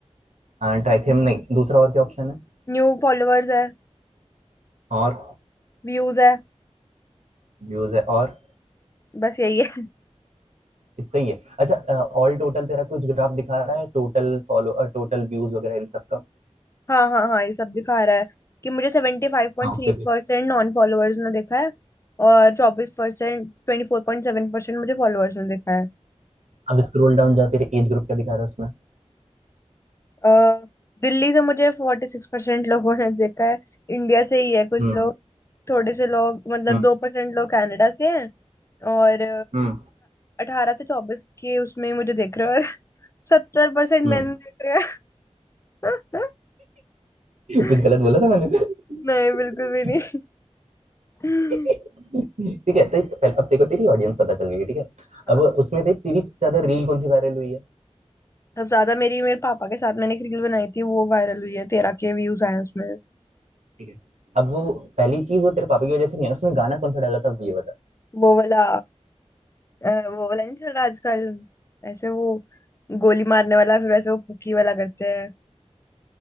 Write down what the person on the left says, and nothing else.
न्यू फॉलोअर्स है
व्यूज है
बस यही है <laughs>
हाँ हाँ हाँ ये सब दिखा रहा है कि मुझे सेवेंटी फाइव पॉइंट
थ्री
परसेंट नॉन फॉलोअर्स ने देखा है और चौबीस परसेंट ट्वेंटी फोर पॉइंट सेवन परसेंट मुझे फॉलोअर्स ने देखा है
अ, दिल्ली से मुझे फोर्टी सिक्स परसेंट लोगों ने देखा है इंडिया से ही है कुछ
लोग थोड़े से लोग मतलब
दो परसेंट लोग कनाडा से हैं और
अठारह से चौबीस के उसमें ही मुझे देख रहे हो <laughs> सत्तर परसेंट
मैंने देख रहे हो
<laughs>
नहीं बिल्कुल भी नहीं हम्म,
हाँ
सबसे ज्यादा मेरी मेरे पापा के साथ मैंने एक रील बनाई थी वो वायरल हुई है तेरह के व्यूज आए हैं उसमें
वो वाला अ, वो वाला नहीं चल रहा आजकल ऐसे वो गोली मारने वाला फिर वैसे वो पुकी वाला करते हैं